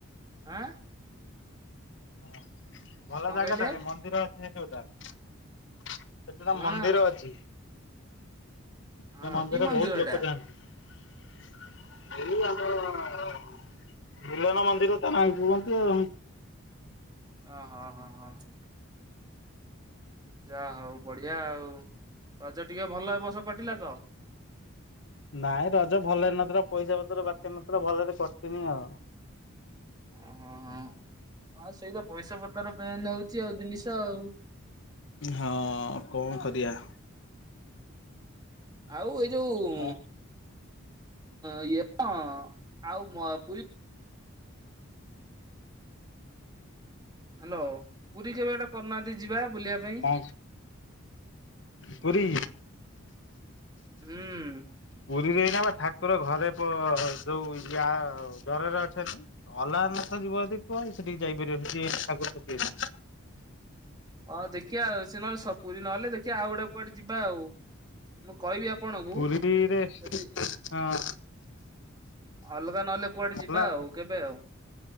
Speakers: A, on the right (about 20°); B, on the left (about 60°).
A: ଆଁ
B: ହ ଭଲ
A: କଣ
B: ଜାଗା
A: କହିଲେ
B: ଟା ନାଇଁ ମନ୍ଦିର ଅଛି ସେ ଯଉଟା ସେଠି ଗୋଟେ
A: ହଁ
B: ମନ୍ଦିର ଅଛି ସେ
A: ହଁ
B: ମନ୍ଦିରରେ
A: କି ମନ୍ଦିର
B: ବହୁତ
A: ଏଇଟା
B: ଲୋକ ଯାଆନ୍ତି। ଏ ଆମର ମିଲନ ମନ୍ଦିର ତ ନା କୁହନ୍ତି ଆଉ
A: ଓହୋ ହଁ ହଁ ହଁ। ଯାହା ହଉ ବଢିଆ ଆଉ ରଜ ଟିକେ ଭଲ ଏ ବର୍ଷ କଟିଲା ତ?
B: ନାଇଁ ରଜ ଭଲରେ ନଥିଲା ପଇସା ପତ୍ର ପାଖରେ ନଥିଲା ଭଲରେ କଟିନି ଆଉ
A: ଓହୋ ହଁ ସେଇଟା ପଇସା ପତର ମେନ୍ ହଉଛି ଆଉ ଜିନିଷ ଆଉ
B: ହଁ କଣ କରିବା?
A: ଆଉ ଏଇ ଯୋଉ
B: ଓ
A: ଇଏ ଆଉ ପୁ ହ୍ୟାଲୋ ପୁରୀ କେବେ ଗୋଟେ କରୁନାହାନ୍ତି ଯିବା ବୁଲିବା ପାଇଁ?
B: ହ ପୁରୀ
A: ହୁଁ।
B: ପୁରୀରେ ଏଇନା ବା ଠାକୁର ଘରେ ପ ଯୋଉ ଇୟା ଜରରେ ଅଛନ୍ତି। ଅଳରନ୍ନାଥ ଯିବ ଯଦି କୁହ ସେଠିକି ଯାଇପାରିବ ସେଠି <unintelligible>
A: ହଁ ଦେଖିବା ସେ ନହଲେ ସ ପୁରୀ ନହେଲେ ଦେଖିବା ଆଉ ଗୋଟେ କୁଆଡେ ଯିବା ଆଉ ମୁଁ କହିବି ଆପଣଙ୍କୁ
B: ପୁରୀରେ
A: ଯଦି
B: ହଁ।
A: ଅଲଗା ନହେଲେ କୁଆଡେ ଯିବା
B: ଅଲା
A: ଆଉ କେବେ ଆଉ